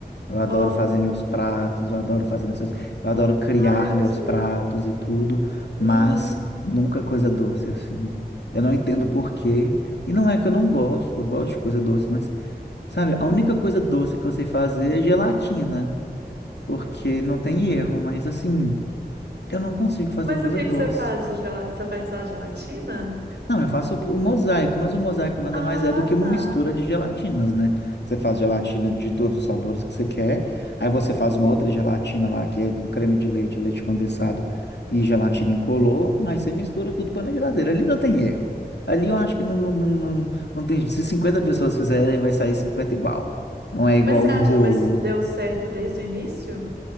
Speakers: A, on the left; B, on the right.
A: Eu adoro
B: Ó.
A: fazer meus pratos, eu adoro fazer minhas coisas, eu adoro criar
B: Ah, é gostoso.
A: meus pratos e tudo, mas
B: Uhum.
A: nunca coisa doce, assim. Eu não entendo por quê. E não é que eu não gosto, eu gosto de coisa doce, mas, sabe, a única coisa doce que eu sei fazer é gelatina, porque não tem erro, mas assim, eu não consigo fazer
B: Mas
A: coisa
B: o que
A: doce.
B: que você faz de gela... Você faz só gelatina?
A: Não, eu faço o mosaico, mas o mosaico nada
B: Ah,
A: mais é do que uma
B: tá.
A: mistura de gelatinas, né? Você faz gelatina de todos os sabores que você quer, aí você faz
B: Hum.
A: uma outra gelatina lá, que é com creme de leite, leite condensado e gelatina incolor, mas você mistura tudo põe na geladeira. Ali não tem erro. Ali eu acho que não, não, não, não, não tem. Se 50 pessoas fizerem, vai sair 50 igual. Não é igual
B: Mas você
A: um
B: acha...
A: bolo.
B: Mas deu certo desde o início?